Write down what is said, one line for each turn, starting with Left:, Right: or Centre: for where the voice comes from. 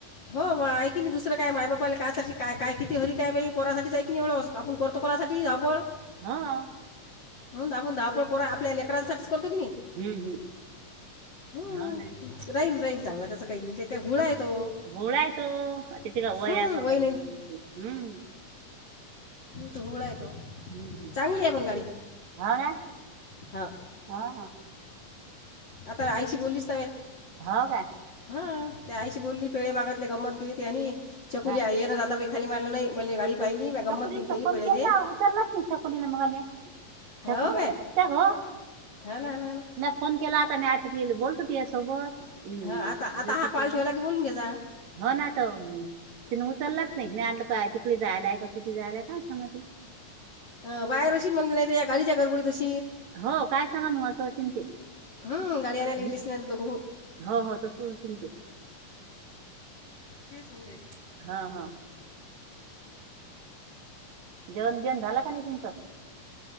Left: हो बा ऐ कि नाही दुसर काय माय बापाला कासाठी का काय किती होरी काय बा पोरासाठी जाय की निवळ आपण करतो कोणासाठी धावळ.
Right: ह.
Left: हो आपण धहापळ पर आपल्या लेकरांसाठीच करतो की नाही.
Right: हम्म हम्म
Left: हम
Right: हो ना
Left: राहीन राहीन चांगला त्याचा काही नाही ते काय घुळा आहे. तो
Right: होळा आहे तो तिथे
Left: हं,
Right: का वया का
Left: वय
Right: बज हम्म.
Left: तुम्हाला त
Right: हम्म.
Left: चांगली आहे पण गाडी
Right: हो ना
Left: हा
Right: हा
Left: आता आईशी बोललीस?
Right: हो का.
Left: हा त्या आईशी बोलली पेळे मागतले गंमत केली ते आणि चकुली
Right: हा
Left: ये ना आता खाली मारला नाही म्हण गाडी पाहिली मी गंमत
Right: चकुलीने
Left: केली तरी
Right: फम
Left: पेळे
Right: के
Left: दे
Right: ना उतारलंच नाही चकुलीने मगाने
Left: हो
Right: शकडी
Left: काय
Right: काक हो
Left: हो ना ना ना
Right: नाही फोन केला. बोलत त सोबत.
Left: ह आता आता
Right: ज्योती
Left: हा
Right: सोबत
Left: कॉल ठेवला की बोलून घे जा.
Right: हो ना तर तिने उचललाच नाही मी आण काय तिकडे जायलाय का कुठे जायलाय काय सांगा ते
Left: अ बाहेर अशी म्हण नाही या गाडीच्या गडबडीतशी
Right: हो काय सांगा मग असंशिं ते.
Left: ह गाडी आणनेलागली
Right: हं?
Left: सि ना त दोघघू.
Right: हो हो तसं असेल ते
Left: <inaudible>
Right: हा हा. जेवण घेऊन झाला का नाही तुमचं